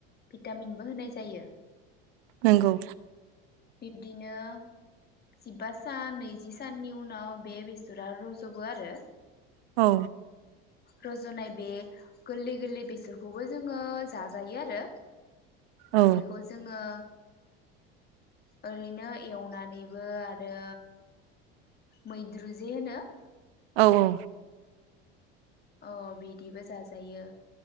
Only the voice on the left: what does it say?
भिटामिनबो होनाय जायो
बिदिनो जिबा सान नैजि साननि उनाव बे बेसरा रज'बो आरो
रज'नाय बे गोरलै गोरलै बेसरखौबो जोङो जाजायो आरो
बेखौ जोङो ओरैनो एवनानैबो आरो मैद्रु जे होनो
अ बिदिबो जाजायो